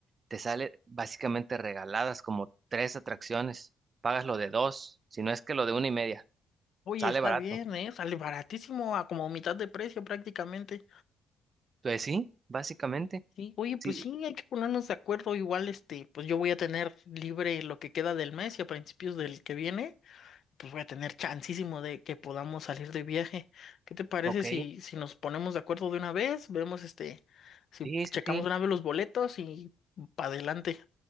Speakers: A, on the right; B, on the left.
A: te sale básicamente regaladas como tres atracciones, pagas lo de dos, si no es que lo de una y media,
B: Oye,
A: sale
B: está
A: barato.
B: bien, ¿eh? Sale baratísimo, a como mitad de precio prácticamente.
A: Pues sí, básicamente,
B: Sí, oye, pues
A: sí,
B: sí, hay que ponernos de acuerdo. Igual, este, pues yo voy a tener libre lo que queda del mes y a principios del que viene, pues voy a tener chancísimo de que podamos salir de viaje. ¿Qué te parece
A: ok,
B: si, si nos ponemos de acuerdo de una vez? Vemos, este, si
A: sí, sí,
B: checamos
A: sí.
B: de una vez los boletos y para adelante.